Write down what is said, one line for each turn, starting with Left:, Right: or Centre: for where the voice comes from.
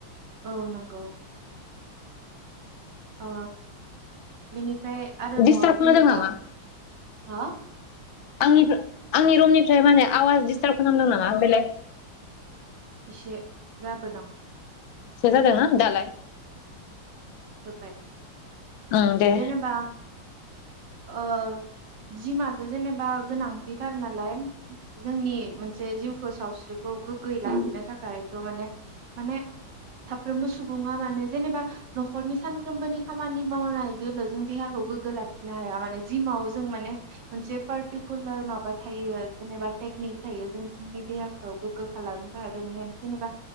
Right: औ नंगौ अ बेनिफ्राय आरोबाव
Left: दिस्टार्ब
Right: जेनेबा
Left: होदों नामा
Right: <inaudible> हो
Left: आंनिखौ, आंनि रुमनिफ्राय माने आवाज दिडिस्टार्ब खालामदों नामा बेलेग?
Right: इसे जाबो दं
Left: एसे जादोंना दालाय?
Right: जोबबाय
Left: ओं दे
Right: <inaudible> जेनेबा ओ जिमाथ' जेनेबा गोनांथिथार नालाय जोंनि मोनसे जिउखौ सावस्रिखौ गोग्गोै लाहैनो थाखायथ' माने, माने साफ्रोमबो सुबुङा माने जेनेबा न'खरनि सानफ्रोमबोनि खामानि मावनाय दोलो जों देहाखौ गोग्गो लाखिनो हाया माने जिमाव जों माने मोनसे पार्टिकुलार माबा थायो जेनेबा टेकनिक थायो जों जोंनि देहाखौ गोग्गो खालामनो थाखाय बेनिहायनो जेनेबा